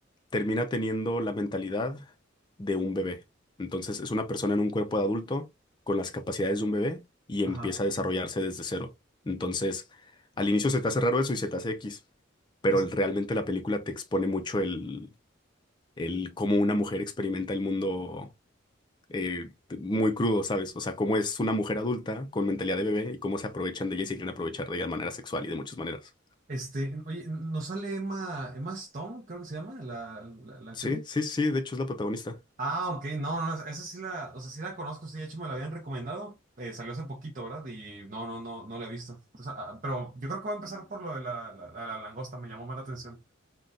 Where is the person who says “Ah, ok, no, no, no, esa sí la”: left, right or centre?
Right